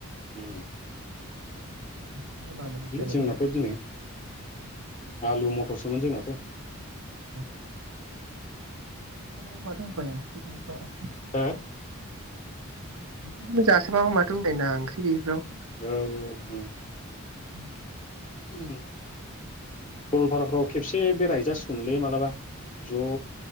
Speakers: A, on the left; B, on the right.
A: उम
B: नेाय बाबोन जानो
A: जोंनाथ'
B: द <unintelligible>
A: दिनै आलु मथरसोमोन जोंनाथ
B: ग माथ' <unintelligible> बायसखौ <unintelligible>
A: हो
B: बेखौनो जासाबाबा माथो उपाय ओंख्रि गैयिफ्राव
A: औ औ उम
B: उम
A: उ <inaudible> सरलफारफोराव खेबसे बेराय हैजासिगौमोनलै मालाबा जनो